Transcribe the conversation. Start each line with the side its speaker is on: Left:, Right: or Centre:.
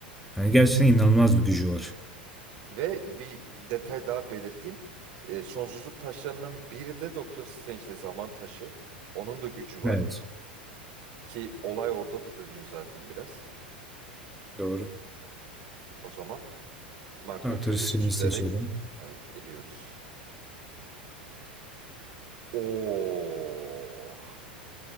Centre: yani gerçekten inanılmaz bir gücü var.
Right: Ve bir detay daha belirteyim. E, sonsuzluk taşlarından biri de Doktor Strange'de zaman taşı. Onun da gücü var
Centre: Evet
Right: ki olay orada da dönüyor zaten biraz.
Centre: doğru.
Right: O zaman Magneto'yu
Centre: Doctor Strange'i
Right: üzülerek
Centre: seçelim.
Right: evet eliyoruz. Oo.